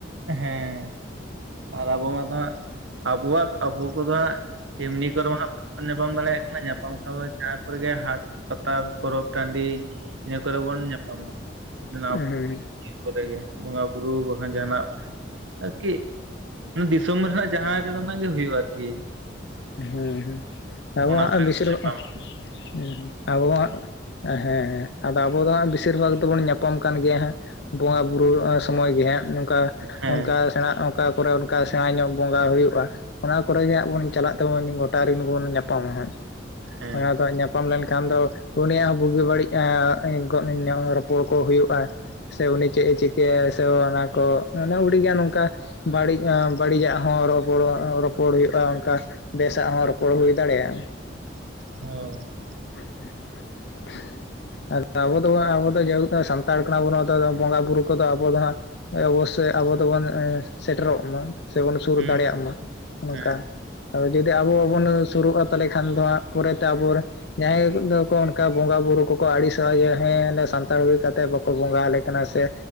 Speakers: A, on the right (about 85°); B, on the left (about 60°).
A: ᱦᱮᱸ ᱟᱨ ᱟᱵᱚ ᱢᱟ ᱫᱚ ᱦᱟᱸᱜ ᱟᱵᱚᱣᱟᱜ ᱟᱵᱚ ᱠᱚᱫᱚ ᱦᱟᱸᱜ ᱮᱢᱱᱤ ᱠᱚᱨᱮ ᱩᱟᱸᱜ ᱚᱱᱮ ᱧᱟᱯᱟᱢ ᱫᱟᱲᱮᱭᱟᱜ ᱠᱟᱱᱟ, ᱧᱟᱯᱟᱢ ᱫᱚ ᱡᱟᱦᱟᱸ ᱠᱚᱨᱮ ᱜᱮ ᱦᱟᱴ, ᱯᱟᱛᱟ ᱯᱚᱨᱚᱵᱽ ᱴᱟᱺᱰᱤ ᱤᱱᱟᱹ ᱠᱚᱨᱮ ᱵᱚᱱ ᱧᱟᱯᱟᱢᱟ, ᱚᱱᱟ
B: ᱦᱩᱸ
A: <unintelligible> ᱠᱚᱨᱮᱜᱮ ᱵᱚᱸᱜᱟ ᱵᱩᱨᱩ ᱵᱟᱠᱷᱟᱱ ᱡᱟᱦᱟᱸᱱᱟᱜ ᱟᱨᱠᱤ ᱫᱤᱥᱚᱢ ᱨᱮᱱᱟᱜ ᱡᱟᱦᱟᱸ ᱡᱚᱱᱟᱜ ᱜᱮ ᱦᱩᱭᱩᱜᱼᱟ ᱟᱨᱠᱤ।
B: ᱦᱩᱸ ᱦᱩᱸ ᱟᱵᱚᱣᱟᱜ
A: ᱚᱱᱟ ᱠᱚᱨᱮ
B: ᱵᱮᱥᱤᱨ <unintelligible>
A: ᱧᱟᱯᱟᱢᱟ
B: ᱦᱩᱸ ᱦᱩᱸ ᱟᱵᱚᱣᱟᱜ ᱦᱮᱸ ᱦᱮᱸ ᱟᱫᱚ ᱟᱵᱚ ᱫᱚ ᱦᱟᱸ ᱵᱤ ᱥᱤᱨ ᱵᱷᱟᱜ ᱫᱚᱵᱚᱱ ᱧᱟᱯᱟᱢ ᱠᱟᱱ ᱜᱮᱭᱟ ᱦᱮᱸ ᱵᱚᱸᱜᱟ ᱵᱩᱨᱩ ᱥᱚᱢᱚᱭ ᱜᱮ ᱦᱟᱸᱜ ᱱᱚᱠᱟ
A: ᱦᱮᱸ
B: ᱚᱱᱠᱟ ᱥᱮᱬᱟ ᱚᱠᱟ ᱠᱚᱨᱮ ᱚᱱᱠᱟ ᱥᱮᱬᱟ ᱧᱚᱜ ᱵᱚᱸᱜᱟ ᱦᱩᱭᱩᱜᱼᱟ, ᱚᱱᱟ ᱠᱚᱨᱮ ᱜᱮ ᱦᱟᱸᱜ ᱵᱚᱱ ᱪᱟᱞᱟᱜ ᱛᱚ ᱩᱱ ᱜᱚᱴᱟ ᱨᱤᱱᱵᱚᱱ ᱧᱟᱯᱟᱢᱟ ᱦᱟᱸᱜ,
A: ᱦᱮᱸ
B: ᱚᱱᱟ ᱫᱚ ᱧᱟ ᱧᱟᱯᱟᱢ ᱞᱮᱱᱠᱷᱟᱱ ᱫᱚ ᱩᱱᱤᱭᱟᱜ ᱦᱚᱸ ᱵᱩᱜᱤ ᱵᱟᱹᱲᱤᱡ ᱟᱸ ᱨᱚᱯᱚᱲ ᱠᱚ ᱦᱩᱭᱩᱜᱼᱟ। ᱥᱮ ᱩᱱᱤ ᱪᱮᱫ ᱮ ᱪᱤᱠᱟᱹᱭᱟ ᱥᱮ ᱚᱱᱟ ᱠᱚ ᱚᱱᱮ ᱩᱰᱤᱜ ᱜᱮ ᱱᱚᱝᱠᱟ ᱵᱟᱹᱲᱤᱡ ᱟᱸ ᱵᱟᱹᱲᱤᱡᱟᱜ ᱦᱚᱸ ᱨᱚᱯᱚᱲᱟ-ᱨᱚᱯᱚᱲ ᱦᱩᱭᱩᱜᱼᱟ ᱚᱱᱠᱟ ᱵᱮᱥᱟᱜ ᱦᱚᱸ ᱨᱚᱯᱚᱲ ᱦᱩᱭ ᱫᱟᱲᱮᱭᱟᱜᱼᱟ।
A: ᱦᱚ᱾
B: <unintelligible> ᱟᱵᱚ ᱫᱚ ᱟᱵᱚ ᱫᱚ ᱡᱮᱦᱮᱛᱩ ᱥᱟᱱᱛᱟᱲ ᱠᱟᱱᱟ ᱵᱚᱱ ᱟᱫᱚ ᱵᱚᱸᱜᱟ ᱵᱩᱨᱩ ᱠᱚᱫᱚ ᱟᱵᱚ ᱫᱚ ᱦᱟᱸᱜ ᱚᱵᱚᱥᱥᱳᱭ ᱟᱵᱚ ᱫᱚᱵᱚᱱ ᱥᱮᱴᱮᱨᱚᱜ ᱢᱟ। ᱥᱮᱵᱚᱱ ᱥᱩᱨ
A: ᱦᱩᱸ
B: ᱫᱟᱲᱮᱭᱟᱜ ᱢᱟ ᱚᱝᱠᱟ।
A: ᱦᱮᱸ
B: ᱟᱫᱚ ᱡᱩᱫᱤ ᱟᱵᱚ ᱵᱟᱵᱚᱱ ᱥᱩᱨᱩᱜᱼᱟ ᱛᱟᱦᱚᱞᱮ ᱠᱷᱟᱱ ᱫᱚ ᱦᱟᱸᱜ ᱯᱚᱨᱮᱛᱮ ᱟᱵᱚ ᱨᱮᱱ ᱡᱟᱦᱟᱸᱭ ᱫᱚᱠᱚ ᱚᱱᱠᱟ ᱵᱚᱸᱜᱟ ᱵᱩᱨᱩ ᱠᱚᱠᱚ ᱟᱹᱲᱤᱥᱚᱜᱼᱟ ᱡᱮ ᱦᱮᱸ ᱥᱟᱱᱛᱟᱲ ᱦᱩᱭ ᱠᱟᱛᱮ ᱠᱚ ᱵᱚᱸᱜᱟ ᱟᱞᱮ ᱠᱟᱱᱟ ᱥᱮ